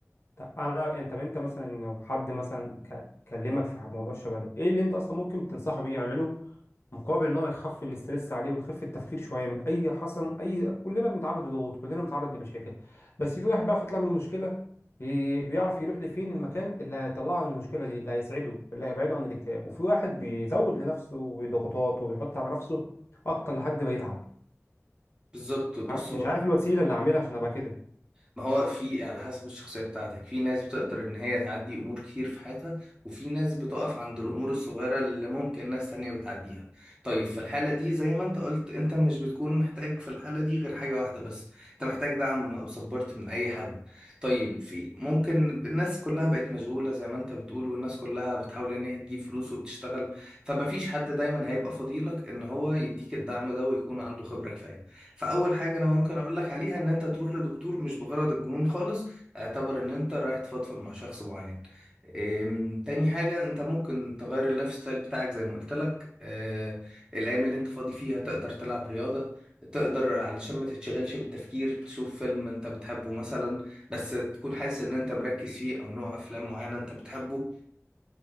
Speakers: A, on the left; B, on the right.
A: طب انا انت انت مثلا لو حد مثلا ك- كلمك في موضوع الشبه ده ايه اللي انت اصلا ممكن تنصحه بيه يعمله مقابل ان هو يخفف الاسترس عليه ويخفف التفكير شويه من اي حصل اي كلنا بنتعرض لضغوط كلنا بنتعرض لمشاكل بس في واحد بقى يطلع من المشكله ي- بيعرف يروح لفين المكان اللي هيطلعه من المشكله دي اللي هيسعده اللي هيبعده عن الاكتئاب وفي واحد بيزود لنفسه بضغوطات وبيحط على نفسه اكتر لحد ما يتعب
B: بالظبط بص
A: مش عارف الوسيله اللي اعملها عشان ابقى كده
B: ما هو في على حسب الشخصية بتاعتك في ناس بتقدر إن هي تعدي أمور كتير في حياتها وفي ناس بتقف عند الأمور الصغيرة اللي ممكن ناس تانية بتعديها طيب في الحالة دي زي ما أنت قلت أنت مش بتكون محتاج في الحالة دي غير حاجة واحدة بس أنت محتاج دعم أو سبورت من أي حد طيب في ممكن الناس كلها بقت مشغولة زي ما أنت بتقول والناس كلها بتحاول إن هي تجيب فلوس وبتشتغل فمفيش حد دايما هيبقى فضيلك إن هو يديك الدعم ده ويكون عنده خبرة كفاية فاول حاجه انا ممكن اقول لك عليها ان انت تروح لدكتور مش بغرض الجنون خالص اعتبر ان انت رايح تفضفض مع شخص معين أم، تاني حاجة انت ممكن تغير اللايف ستايل بتاعك زي ما قلت لك أه الايام اللي انت فاضي فيها تقدر تلعب رياضة تقدر علشان ما تتشغلش بالتفكير تشوف فيلم انت بتحبه مثلا بس تكون حاسس ان انت مركز فيه او نوع افلام معينة انت بتحبه